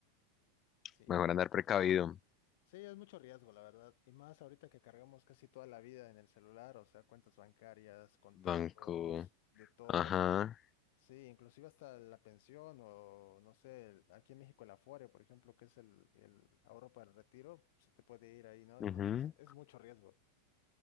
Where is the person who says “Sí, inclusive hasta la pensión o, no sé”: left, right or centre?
Left